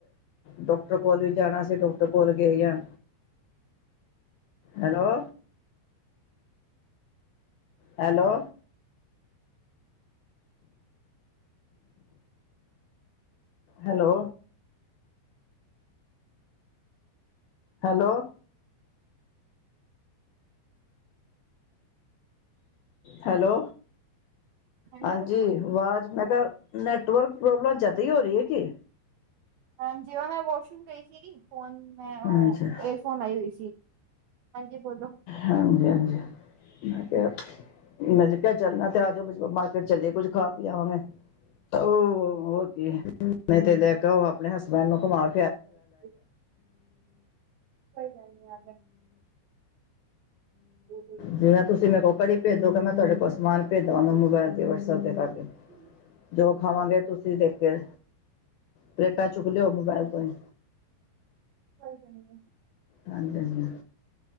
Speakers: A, on the left; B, on the right.
A: ਡੋਕਟਰ ਕੋਲ ਵੀ ਜਾਣਾ ਸੀ ਡਾਕਟਰ ਕੋਲ ਗਈ ਆ। Hello. Hello. Hello. Hello. Hello,
B: hello
A: ਹਾਂਜੀ
B: ਹੈਲੋ
A: ਵਾਜ਼ ਮੈਂ ਕਿਆ, ਨੈਟਵਰਕ ਪ੍ਰੋਬਲਮ ਜ਼ਾਦਾ ਈ ਹੋ ਰਹੀ ਏ ਕੀ?
B: ਹਾਂਜੀ, ਉਹ ਮੈਂ ਵਾਸ਼ਰੂਮ ਗਈ ਸੀਗੀ। ਫੋਨ ਮੈਂ
A: ਹਾਂਜੀ
B: ਉਹ ਏਸ ਹੁਣ ਆਈ ਹੋਈ ਸੀ। ਹਾਂਜੀ, ਬੋਲੋ
A: ਹਾਂਜੀ-ਹਾਂਜੀ। ਮੈਂ ਕਿਹਾ, ਮੈਂ ਕਿਆ ਚੱਲਣਾ ਤੇ ਆਜੋ ਮਾਰਕੀਟ ਚੱਲੇ ਕੁੱਝ ਖਾ ਪੀ ਆਵਾਂਗੇ। ਤੇ ਓ ਹੋਰ ਕੀ, ਨਹੀਂ ਤੇ ਲੈ ਕੇ ਆਓ ਆਪਣੇ ਹਸਬੈਂਡ ਮੈਨੂੰ ਕੁਮਾਰ
B: <unintelligible> ਕੋਈ ਗੱਲ ਨੀ ਆ <inaudible>
A: ਜਿਵੇਂ ਤੁਸੀਂ ਮੇਰੇ ਕੋਲ ਕੜੀ ਭੇਜ ਦੋਗੇ ਮੈਂ ਤੁਹਾਡੇ ਕੋਲ ਸਮਾਨ
B: ਹੂੰ।
A: ਭੇਜ ਦੇਵਾਂਗਾ ਮੋਬਾਇਲ ਤੇ ਵਟਸਐਪ ਤੇ ਕਰਕੇ ਜੋ ਖਾਵਾਂਗੇ ਤੁਸੀਂ ਦੇਖ ਕੇ, ਪਲੇਟਾਂ ਚੁੱਕ ਲਿਓ। ਮੋਬਾਇਲ
B: ਹਾਂਜੀ,
A: ਤੋਂ ਹੀ
B: ਕੋਈ ਗੱਲ ਨ‌ਈ।
A: ਹਾਂਜੀ-ਹਾਂਜੀ।